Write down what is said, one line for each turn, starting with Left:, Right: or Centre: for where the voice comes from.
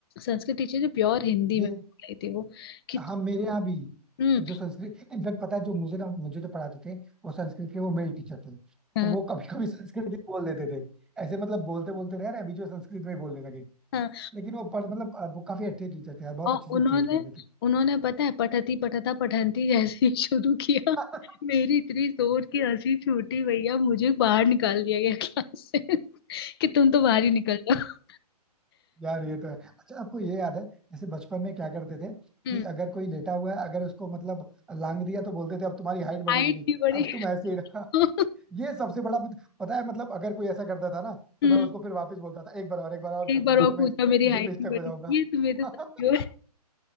Left: संस्कृत टीचर जो प्योर हिंदी
Centre: ये
Left: में बोल रही थी वो कि
Centre: हम मेरे यहाँ भी
Left: हम्म
Centre: जो संस्कृत इनफैक्ट पता है जो मुझे ना मुझे जो पढ़ाते थे वो संस्कृत के वो मेल टीचर थे
Left: हाँ
Centre: तो वो कभी कभी संस्कृत भी बोल देते थे ऐसे मतलब बोलते बोलते रह रहे अभी जो संस्कृत में ही बोलने लगे
Left: हाँ
Centre: लेकिन वो पर मतलब अ, वो काफी अच्छे टीचर थे यार बहुत
Left: और
Centre: अच्छे से
Left: उन्होंने
Centre: ट्रीट करते थे
Left: उन्होंने पता है पठती पठता पठंती जैसे ही शुरू किया
Centre: <laughs>
Left: मेरी इतनी जोर की हंसी छूटी भैया मुझे बाहर निकाल दिया गया क्लास से <laughs> कि तुम तो बाहर ही निकल जाओ
Centre: यार ये तो है अच्छा आपको ये याद है जैसे बचपन में क्या करते थे
Left: हम्म
Centre: कि अगर कोई लेटा हुआ है अगर उसको मतलब लांग दिया तो बोलते थे अब तुम्हारी हाइट बढ़ेगी
Left: हाइट
Centre: नहीं
Left: नहीं बढ़ी
Centre: अब तुम ऐसे ही रहा
Left: <laughs>
Centre: <laughs> ये सबसे बड़ा मत- पता है मतलब अगर कोई ऐसा करता था ना तो
Left: हम्म
Centre: मैं उसको फिर वापस बोलता था एक बार और एक बार और
Left: एक
Centre: कर दो
Left: बार
Centre: नहीं
Left: और
Centre: तो मैं
Left: पूछा
Centre: इस-
Left: मेरी
Centre: इसी
Left: हाइट
Centre: पे स्टक
Left: नहीं बढ़ी
Centre: हो जाऊंगा
Left: ये तुम्हें तो
Centre: <laughs>
Left: साथी हो